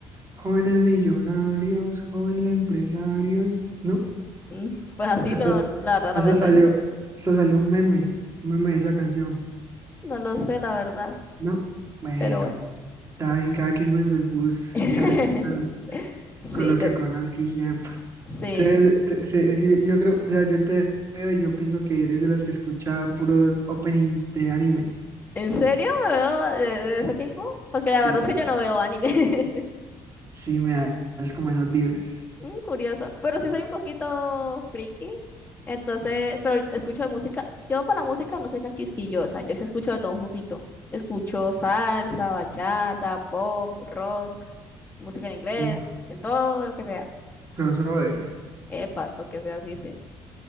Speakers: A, on the right; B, on the left.
A: jóvenes millonarios, jóvenes empresarios? ¿No?
B: Mm, <laughs> Pues así
A: Hasta,
B: no, la verdad no
A: hasta
B: me
A: salió,
B: suena.
A: hasta salió un meme, un meme de esa canción.
B: No lo sé, la verdad,
A: No, bueno,
B: pero bueno.
A: está bien, cada quien con sus gustos,
B: <laughs>
A: cada quien con,
B: Sí,
A: con lo que
B: yo,
A: conozca y sepa.
B: sí.
A: Tú eres te- se- yo yo creo, o sea, yo te veo y yo pienso que eres de las que escucha puros openings de animes.
B: ¿En serio me veo de, de ese tipo? Porque
A: Sí,
B: la verdad es que yo no veo anime. <laughs>
A: sí, me das como esas vibras.
B: Mm, curioso, pero sí soy un poquito friki, entonces, pero escucho de música, yo para la música no soy tan quisquillosa, yo sí escucho de todo un poquito, escucho salsa, bachata, pop, rock, música en inglés,
A: Uf,
B: en todo lo que sea,
A: crossover.
B: epa, lo que sea, así es.